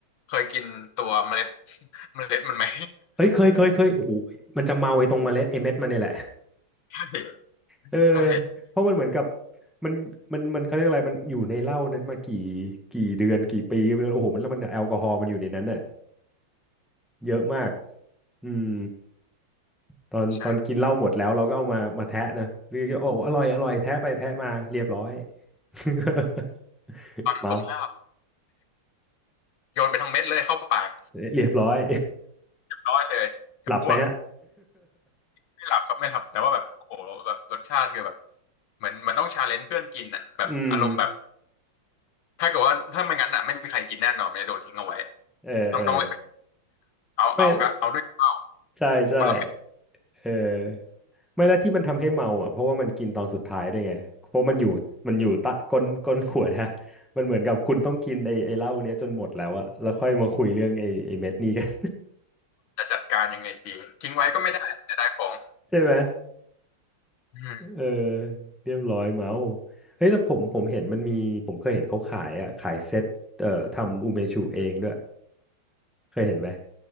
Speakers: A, on the left (about 75°); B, in the centre.
A: เคยกินตัวเมล็ด <laughs> เมล็ดมันไหม
B: เอ้ยเคยเคยเคยโอ้โหมันจะเมาไอ้ตรงเมล็ดไอ้เม็ดมันเนี่ยแหละ
A: <laughs>
B: เออ
A: ใช่
B: เพราะมันเหมือนกับมันมันมันเขาเรียกอะไรมันอยู่ในเหล้านั้นมากี่กี่เดือนกี่ปีก็ไม่รู้โอ้โหมันแล้วมันแอลกอฮอล์มันอยู่ในนั้นน่ะเยอะมากอืม ตอนตอนกินเหล้าหมดแล้วเราก็เอามามาแทะนะเรียกว่าโอ้อร่อยอร่อยแทะไปแทะมาเรียบร้อย
A: ใช่
B: <laughs>
A: ตอนนั้นผมห้าว
B: เมา
A: โยนไปทั้งเม็ดเลยเข้าปาก
B: เรียบร้อย
A: เรียบร้อยเลยจกับอ้วก
B: หลับไหมฮะ
A: ไม่หลับครับไม่หลับแต่ว่าแบบโอ้โหแบบรสชาติคือแบบเหมือนเหมันต้องชาเลนจ์เพื่อนกินอ่ะแบบอารมณ์แบบ
B: <laughs> อืม
A: ถ้าเกิดว่าถ้าไม่งั้นอ่ะไม่มีใครกินแน่นอนมันจะโดนทิ้งเอาไว้
B: เออเออ
A: ต้องต้องเอาเอากบเอาด้วยข้าว
B: ไม่ใช่ใช่
A: คนละเม็ด
B: เออไม่แล้วที่มันทำให้เมาอ่ะเพราะว่ามันกินตอนสุดท้ายด้วยไงเพราะมันอยู่มันอยู่ตะก้นก้นขวดฮะมันเหมือนกับคุณต้องกินไอ้ไอ้เหล้าเนี้ยจนหมดแล้วอะแล้วค่อยมาคุยเรื่องไอ้ไอ้เม็ดนี้กัน
A: จะจัดการยังไงดีทิ้งไว้ก็ไม่ได้จะได้ของ
B: <laughs> ใช่ไหม
A: อืม
B: เออเรียบร้อยเมาส์เฮ้ยแล้วผมผมเห็นมันมีผมเคยเห็นเขาขายอ่ะขายเซ็ตเอ่อทำอูเมชูเองด้วยเคยเห็นไหม